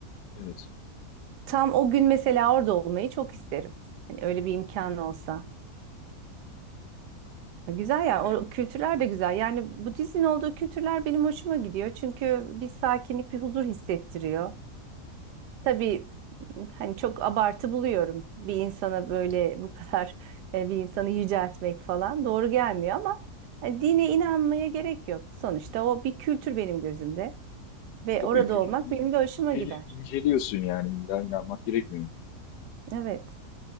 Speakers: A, on the left; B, on the right.
A: Evet.
B: Tam o gün mesela orada olmayı çok isterim. Hani öyle bir imkan olsa. Güzel ya,
A: Yani
B: o kültürler de güzel. Yani Budizmin olduğu kültürler benim hoşuma gidiyor. Çünkü bir sakinlik, bir huzur hissettiriyor. Tabii m, hani çok abartı buluyorum bir insana böyle bu kadar e, bir insanı yüceltmek falan doğru gelmiyor ama hani dine inanmaya gerek yok. Sonuçta o bir kültür benim gözümde ve
A: tabii
B: orada
A: kültürü
B: olmak benim de hoşuma
A: inceli-
B: gider.
A: inceliyorsun yani illa inanmak gerekmiyor.
B: Evet.